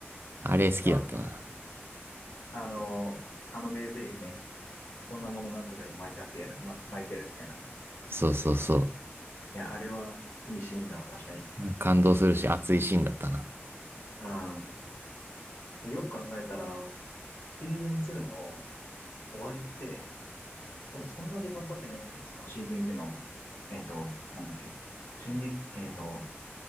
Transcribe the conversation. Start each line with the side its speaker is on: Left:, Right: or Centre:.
Right: あれ好きだったな。
Left: あ、あの、あの名台詞ね。そんなもの何度でも巻いたってやる、ま、巻いてやるみたいな。
Right: そうそうそう。
Left: いや、あれはいいシーンだわ、確かに。
Right: うん感動するし、熱いシーンだったな。
Left: うん。よく考えたら、シーズン2の終わりって、多分そんな時間経ってないんだよね。そのシーズン1の、えっと、なんだっけ、進撃、えっと、